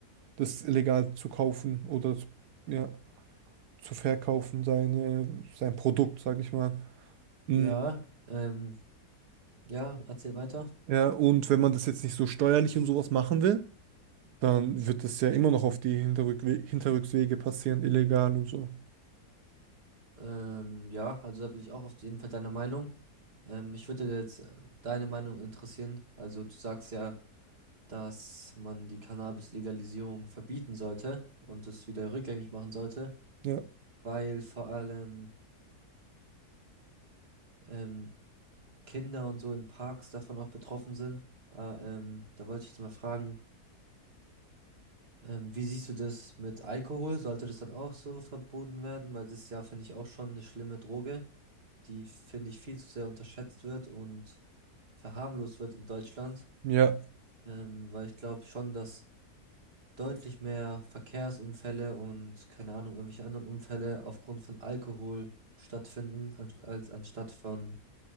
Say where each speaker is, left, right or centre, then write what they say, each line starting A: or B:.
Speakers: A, on the right; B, on the right.
A: das illegal zu kaufen oder zu- ja, zu verkaufen, seine, sein Produkt, sag ich mal. Mm,
B: Ja, ähm, ja, erzähl weiter.
A: Ja, und wenn man das jetzt nicht so steuerlich und sowas machen will, dann wird das ja immer noch auf die Hinterrück Hinterrückswege passieren, illegal und so.
B: Ähm, ja, also da bin ich auch auf jeden Fall deiner Meinung. Ähm, mich würde jetzt äh, deine Meinung interessieren. Also du sagst ja, dass man die Cannabis-Legalisierung verbieten sollte und es wieder rückgängig machen sollte,
A: Ja.
B: weil vor allem ähm, Kinder und so in Parks davon auch betroffen sind. Ah, ähm, da wollte ich jetzt mal fragen, ähm, wie siehst du das mit Alkohol? Sollte das dann auch so verboten werden? Weil das ist ja, finde ich, auch schon eine schlimme Droge. die, finde ich, viel zu sehr unterschätzt wird und verharmlost wird in Deutschland.
A: Ja,
B: Ähm, weil ich glaube schon, dass deutlich mehr Verkehrsunfälle und keine Ahnung, irgendwelche anderen Unfälle aufgrund von Alkohol stattfinden, an, als anstatt von